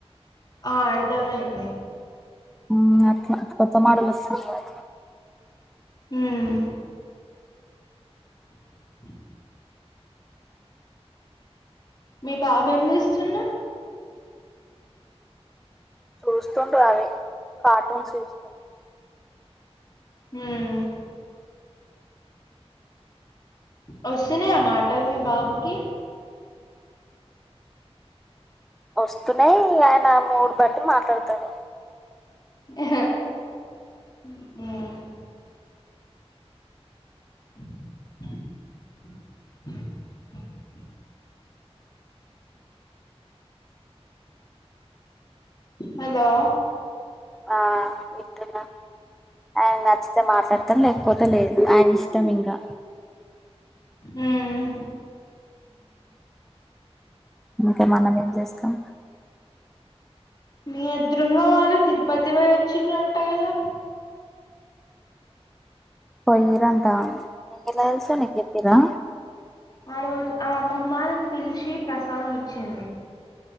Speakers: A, on the left; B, in the centre.
A: ఆ అర్ధమయింది
B: అ అట్లా కొత్త మోడల్ వస్తే చూడాలి
A: ఉమ్ <inaudible> మీ బాబా ఏం చేస్తుండు
B: చూస్తుండు అవే కార్టూన్స్ చూస్తు
A: ఉమ్ వస్తున్నాయా మాటలు మీ బాబుకి
B: వస్తూనే ఆయన మూడు బట్టి మాట్లాడతాడు
A: ఉమ్ ఉ హలో
B: ఆ వింటున్న ఆయన కి నచ్చితే మాట్లాడతారు లేకపోతే లేదు ఆయన ఇష్టం ఇంకా
A: ఉమ్
B: ఇంక మనం ఏం చేస్తాం
A: మీ ఎదురు ఉన్న వాళ్ళు తిరుపతి పోయి వచ్చిండ్రంట కదా
B: పోయిరంటా నీకు ఎట్లా తెలుసు నీకు చెప్పిరా
A: ఆ రోజు ఆ అమ్మమ్మ నన్ను పిలిచి ప్రసాదం ఇచ్చింది